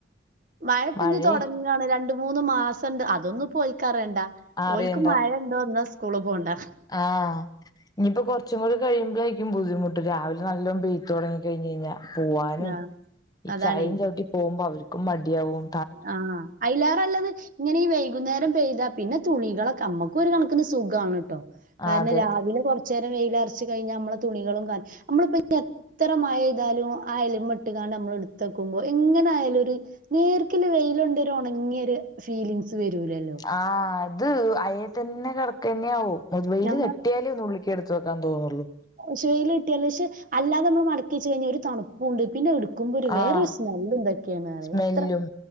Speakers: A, on the right; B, on the left.
A: മഴപ്പുഞ്ഞി
B: മഴയും
A: തുടങ്ങിയാണ് രണ്ടും മൂന്ന് മാസം ഉണ്ട് അതൊന്നും പോഓലക്കറേണ്ട
B: അറിയണ്ട
A: ഓലക്ക് മഴ ഇണ്ടോ എന്നാ സ്കൂള് പോകണ്ട
B: ആഹ് ഇനിയിപ്പൊ കൊറച്ചും കൂട കഴിയുമ്പോഴായിരിക്കും ബദ്ധിമുട്ട് രാവിലെ നല്ല പെയ്ത് തുടങ്ങി കഴിഞ് കഴിഞ്ഞാ പോവാനും
A: ആഹ്
B: ഈ
A: അതാണേ
B: ചളിയും ചവിട്ടി പോകുമ്പോ അവർക്കും മടിയവും
A: ആഹ് അയലാറല്ലത് ഇങ്ങനെ ഈ വൈകുന്നേരം പെയ്താ പിന്നെ തുണികളൊക്കെ നമ്മക്ക ഒരു കണക്കിന് സുഖമാണ് കേട്ടോ കാരണം
B: ആഹ് അതെ
A: രാവിലെ കുറച്ചു നേരം വെയിലരച്ച കഴിഞ്ഞാൽ നമ്മളെ തുണികളും കാണ നമ്മളിപ്പ ഇത്ര മഴ താലും ആയാലും വട്ട്കാണ്ട് നമ്മൾ എടുത്തക്കുമ്പോ എങ്ങനെ ആയാലും ഒരു നേർക്കല് വെയിലുണ്ടരു ഉണങ്ങിയൊ ഒരു ഫീലിംഗ്സ് വരൂലല്ലോ
B: ആഹ് അത് അയൽ തന്നെ കിടക്ക തന്നെയ ആവും മുതുവെയിൽ
A: ആ
B: തെട്ടിയാലേ ഒന്നുള്ള ലേക്ക് എടുത്തക്കന്തോന്നള്ളൂ
A: മുശി വെയിൽട്ടിയാല് പക്ഷെ അല്ലാതെ നമ്മൾ മടക്കി വെച്ച് കഴിഞ്ഞാ ഒരു തണുപ്പുണ്ട് പിന്നെ എടു കുംമ്പോഒരുവേറെരു
B: ആഹ്
A: സ്മെല് എന്തൊക്കെയാണ് പറയ
B: സ്മെല്ലും
A: അത്ര